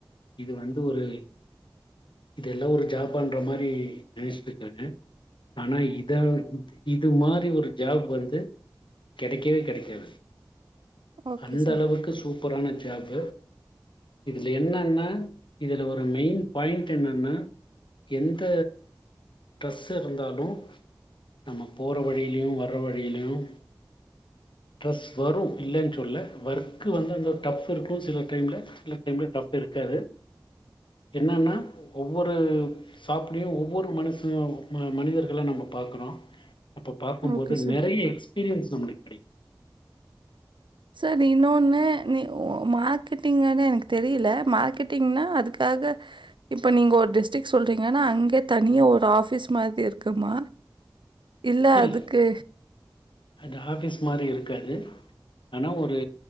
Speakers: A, on the left; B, on the right.
A: இது வந்து ஒரு இது எல்லா ஒரு ஜாபான்ற மாரி நினைச்சிட்ருக்காங்க ஆனா இதான் இது மாறி ஒரு ஜாப் வந்து கிடைக்கவே கிடைக்காது
B: ஓகே
A: அந்த
B: சார்
A: அளவுக்கு சூப்ப ரான ஜாப் இதுல என்னன்ன இதுல ஒரு மெயின் பாய்ண்ட் என்னன்னா எந்த டிரெஸ் இருந்தாலும் நம்ம போற வழியிலும் வர வழியிலும் டிரஸ் வரும் இ சொல்ல ஒர்க்கு வந்து அந்த டஃப் இருக்கும் சில டைம்ல சில டைம்ல டஃப் இருக்காது என்னன்னா ஒவ்வொரு சாப்பிடையும் ஒவ்வொரு மனு மனிதர்கள்ளாம் நம்ம பாக்குறோம் அப்ப பாக்கும்போது
B: ஓகே சார்
A: நெறைய எக்ஸ்பீரியன்ஸ் நம்மளுக்கு கிடைக்கும்
B: சார் இன்னொன்னு நீ மார்க்கெட்டிங்கன்னு எனக்கு தெரியல மார்க்கெட்டிங்னா அதுக்காக இப்போ நீங்கள் ஒரு டிஸ்ட்ரிக் சொல்றீங்கன்னா அங்கே தனியாக ஒரு ஆஃபீஸ் மாரி இருக்குமா இல்லை
A: இல்ல
B: அதுக்கு
A: அந்த ஆபிஸ் மாரி இருக்காது ஆனா ஒரு